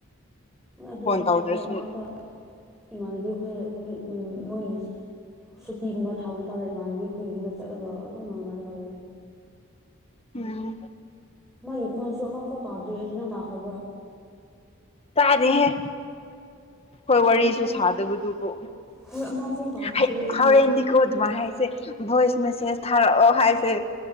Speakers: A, in the centre; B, on the left (about 30°).
A: ꯍꯣꯏ ꯑꯗꯨꯒ
B: ꯇꯧꯗ꯭ꯔꯁꯨ
A: ꯃꯔꯛ ꯃꯔꯛꯇ ꯏꯃꯥꯟꯅꯕꯤ ꯈ‌ꯣꯏ ꯎꯝ ꯃ‌ꯣꯏ ꯁꯨꯇꯤꯒꯨꯝꯕ ꯊꯥꯕ ꯃꯇꯝꯗ ꯏꯃꯥꯟꯅꯕꯤ ꯑꯩꯈꯣꯏꯒꯤꯅ ꯆꯠꯂꯒ ꯑꯗꯨꯝ ꯉꯥꯡꯅꯔꯒ ꯂꯣꯏꯔꯦ
B: ꯎꯝ
A: ꯃꯥꯒꯤ ꯈꯣꯟꯁꯨ ꯑꯃꯐꯥꯎ ꯇꯥꯗ꯭ꯔꯤ ꯑꯩꯗꯤ ꯅꯪ ꯇꯥꯈ꯭ꯔꯕ꯭ꯔꯣ
B: ꯇꯥꯔꯦ ꯍꯦ ꯍꯣꯏ
A: ꯑꯗꯨꯅꯦ
B: ꯋꯥꯔꯤꯁꯨ
A: ꯑꯦ
B: ꯁꯥꯗꯕꯗꯨꯕꯨ
A: ꯍꯣꯏ ꯑꯃꯐꯥꯎ ꯇꯥꯗ꯭ꯔꯤ
B: ꯑꯦ
A: ꯑꯩꯗꯤ
B: ꯍꯥꯎꯣꯔꯦꯟꯗꯤ ꯀꯣꯗ ꯍꯥꯏꯁꯦ ꯣꯏꯁ ꯃꯦꯁ ꯊꯔ ꯍꯥꯏꯁꯦ